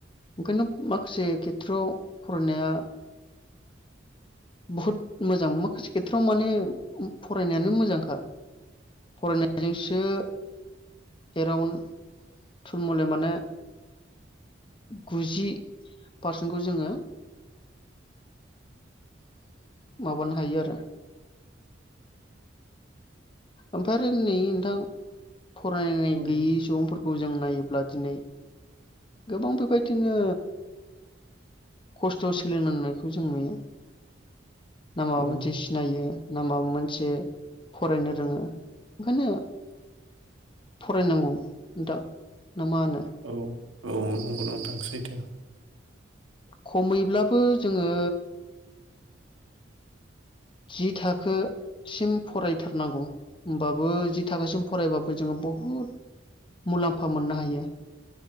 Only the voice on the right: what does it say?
औ
औ
औ औ नंगौ नोंथां सैथो